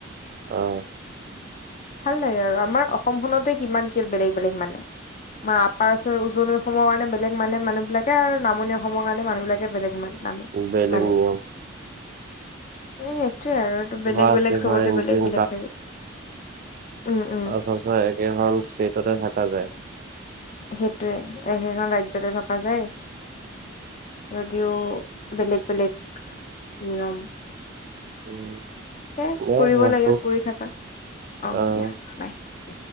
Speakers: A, on the right; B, on the left.
A: অ'।
B: ভাল লাগে আৰু আমাৰ অসমখনতে কিমান কি বেলেগ-বেলেগ মানে আমাৰ আপাৰ আচাম উজনি অসমৰ কাৰণে বেলেগ মানে মানুহবিলাকে আৰু নামনি অসমৰ কাৰণে মানুহ বিলাকে বেলেগ মানে। নামে,
A: বেলেগ
B: মানে
A: নিয়ম
B: এ সেইটোৱে আৰু। বেলেগ
A: ভাষ্ট
B: -বেলেগ
A: ডিফাৰেন্স
B: চবতে বেলেগ-
A: ইন
B: বেলেগ হেৰি। উম, উম।
A: আ সঁচাই একেখন ষ্টেটতে থাকা যায়।
B: সেইটোৱে একেখন ৰাজ্যতে থকা যায়। যদিও বেলেগ- বেলেগ নিয়ম।
A: মই
B: সেয়াই ফুৰিব
A: ৰাখো
B: লাগে ফুৰি থাকা অ
A: অহ।
B: দিয়া বাই